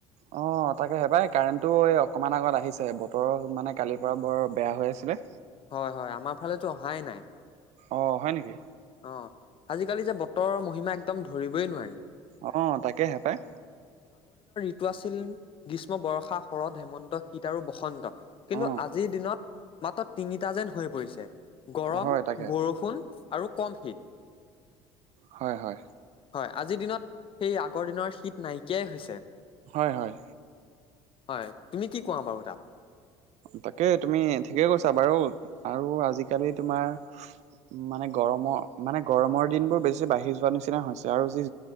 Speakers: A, on the right (about 55°); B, on the left (about 40°).
A: হয়। অ' তাকে হেপাই কাৰেণ্টটো এই অকমান আগত আহিছে বতৰ মানে কালিৰ পৰা বৰ বেয়া হৈ আছিলে।
B: হয় -হয় আমাৰ ফালেেতো অহাই নাই।
A: অ' হয় নেকি
B: অ' আজিকালি যে বতৰৰ মহিমা একদম ধৰিবই নোৱাৰি
A: অ ' তাকেহে পাই
B: টো আছিল গ্ৰীষ্ম বৰ্ষা শৰৎ হেমন্ত শীত আৰু বসন্ত কিন্তু
A: অ
B: আজিৰ দিনত। মাত্ৰ তিনিটা যেন হৈ পৰিছে গৰম
A: হয় তাকে
B: বৰষুণ আৰু কম শীত।
A: হয় হয়
B: হয় আজিৰ দিনত সেই আগৰ দিনৰ শীত নাইকিয়াই হৈছে
A: হয় হয়।
B: হয় তুমি কি কোৱা বাৰু তাত
A: তাকে তুমি ঠিকেই কৈছা বাৰু আৰু আজিকালি তোমাৰ মানে গৰমৰ মানে গৰমৰ দিন বোৰ বেছি বাঢ়ি যোৱা নিচিনা হৈছে আৰু যি